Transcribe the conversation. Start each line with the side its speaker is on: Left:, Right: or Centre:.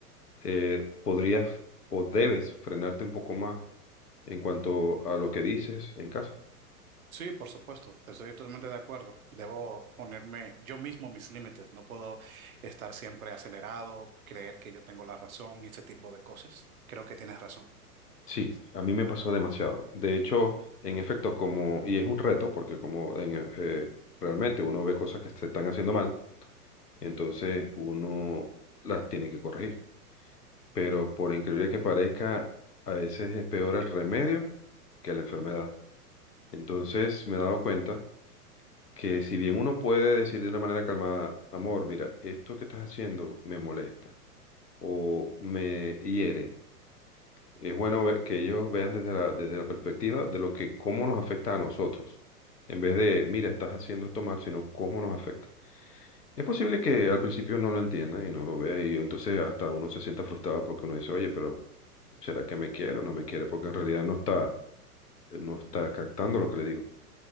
Left: eh, podrías o debes frenarte un poco más en cuanto a lo que dices en casa.
Right: Sí, por supuesto, estoy totalmente de acuerdo. Debo ponerme yo mismo mis límites. No puedo estar siempre acelerado, creer que yo tengo la razón y ese tipo de cosas. Creo que tienes razón.
Left: Sí, a mí me pasó demasiado. De hecho, en efecto, como, y es un reto, porque como en, e- eh, realmente uno ve cosas que se están haciendo mal, entonces uno las tiene que corregir. pero por increíble que parezca, a veces es peor el remedio que la enfermedad. Entonces me he dado cuenta que si bien uno puede decir de una manera calmada, amor, mira, esto que estás haciendo me molesta o me hiere, es bueno ve- que ellos vean desde la, desde la perspectiva de lo que, cómo nos afecta a nosotros, en vez de, mira, estás haciendo esto mal, sino cómo nos afecta. Es posible que al principio no lo entienda y no lo vea y entonces hasta uno se sienta frustrado porque uno dice, oye, pero ¿será que me quiere o no me quiere? Porque en realidad no está, no está captando lo que le digo.